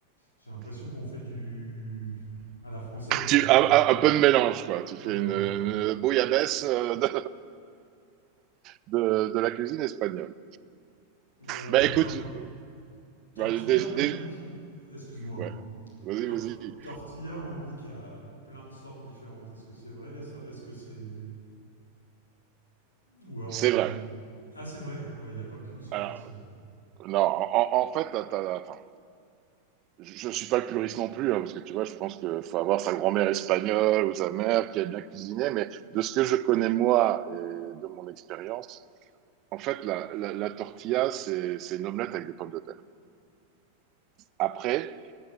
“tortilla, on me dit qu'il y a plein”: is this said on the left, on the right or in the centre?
Left